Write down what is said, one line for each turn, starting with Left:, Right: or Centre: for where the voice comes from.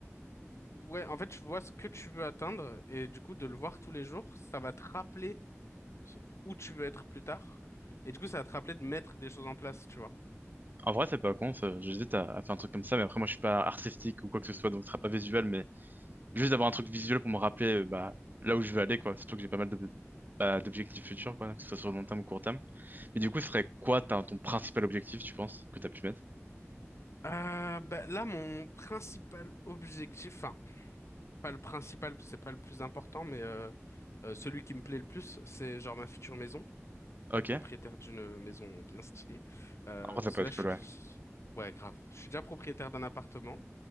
Left: Ouais, en fait, tu vois ce que tu veux atteindre et du coup, de le voir tous les jours, ça va te rappeler ce- où tu veux être plus tard. Et du coup, ça va te rappeler de mettre des choses en place, tu vois.
Right: En vrai, c'est pas con, ça. J'hésite à, à faire un truc comme ça, mais après, moi, je suis pas artistique ou quoi que ce soit, donc ce sera pas visuel, mais juste d'avoir un truc visuel pour me rappeler, euh, bah, là où je veux aller, quoi. Surtout que j'ai pas mal de, bah, d'objectifs futurs, quoi, que ce soit sur le long terme ou court terme. Mais du coup, ce serait quoi ta- ton principal objectif, tu penses, que t'as pu mettre?
Left: Euh, bah, là, mon principal objectif, enfin, pas le principal, c'est pas le plus important, mais euh, euh, celui qui me plaît le plus, c'est genre ma future maison.
Right: Ok.
Left: être propriétaire d'une maison bien stylée. Euh,
Right: En vrai, ça
Left: parce
Right: peut
Left: que
Right: être
Left: là, je
Right: cool, ouais.
Left: suis... Ouais, grave. Je suis déjà propriétaire d'un appartement,